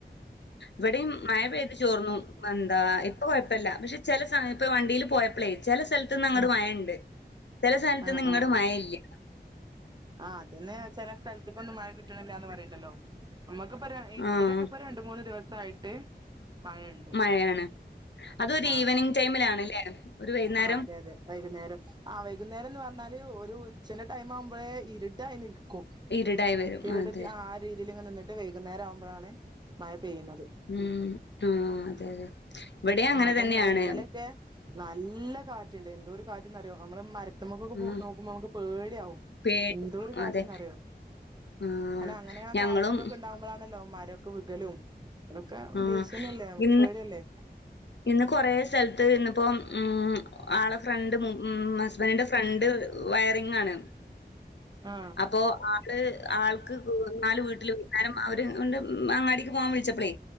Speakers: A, on the left (about 85°); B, on the right (about 25°).
A: ഇവിടെയും മഴ പെയ്തി ചോർന്നു എന്താ ഇപ്പ കോയപ്പല്ല പക്ഷെ ചില സം ഇപ്പ വണ്ടിൽ പോയപ്പൊ ളേ.. ചില സ്ഥലത്ത ഞങ്ങുടെ
B: ആഹ്
A: മഴുണ്ട് ചില സഥാനത്ത്
B: ആഹ്
A: നിങ്ങളുടെ
B: ആഹ്
A: മഴ ഇല്ല
B: ആഹ് അതന്നെ ചില സ്ഥലത്തേക്ക ഒന്നും മഴ കിട്ടണില്ലന്ന് പറയണ്ടല്ലോ നമ്മുക്കിപ്പോ
A: ആഹ്
B: ഇവിടെക്കെ ഇപ്പോ രണ്ട് മൂന്ന് ദിവസം ആയിട്ട് മഴുണ്ട്
A: മഴയാണ്. അതൊരു
B: ആ
A: ഈവനിങ്
B: ആ
A: ടൈമിലാണ്ല്ലേ? ഒരു വൈന്നേരം
B: ആ അതെ അതെ വൈകുന്നേരം ആ വൈകുന്നേരംന്ന് പറഞ്ഞാല് ഒരു ചെലാ ടൈമ് ആകുമ്പളേ- ഇരിട്ടായി ക്കും
A: ഇരുടായി വരും.
B: രിടത്ത്
A: അതെ
B: ആ രീതിയിൽ ഇങ്ങനെ നിന്നിട്ട് വൈകുന്നേരം ആകുമ്പ ളന്നെ മഴ പെയ്യുന്നത്
A: ഉം ആ അതെ അതെ ഇവിടെ
B: ആ
A: അങ്ങനെ
B: അപ്പന്നെ
A: തന്നെയാണ്
B: ഇന്നലെയൊക്കെ നല്ല കാറ്റുണ്ട് എന്തോ ഒരു കാറ്റന്ന്റിയോ നമ്മള് മര നമുക്കൊക്ക
A: ഉം
B: നോക്കുമ്പോ നമുക്ക് പേടിയാവും
A: പേടി
B: എന്തോ ഒരു കാറ്റന്ന്
A: അതെ
B: അറിയോ
A: ആഹ്
B: അനെ അങ്ങനെ ആ
A: ഞങ്ങളും
B: കാറ്റ എന്തൊക്കെ ഉണ്ടാകുമ്പോഴാണല്ലോ അക്കെ ബതലും അതൊക്കെ
A: ആഹ്
B: ഭീഷന അല്ലേ നമുക്ക്
A: ഇന്ന്
B: പേടിയല്ലേ
A: ഇന്ന് കൊറെ സ്ഥലത്ത് ഇന്നിപ്പോ ഉ ആള ഫ്രണ്ട് ഹസ്ബൻഡിന്റെ ഫ്രണ്ട് വയറിംഗ് ആണ്
B: ആ
A: അപ്പോ ആള് ആൾക്ക് എന്നാല് വീട്ടിൽ വുന്നം അവര് കൊണ്ട് അങ്ങാടി പോവാൻ വിളിച്ചപ്പളേ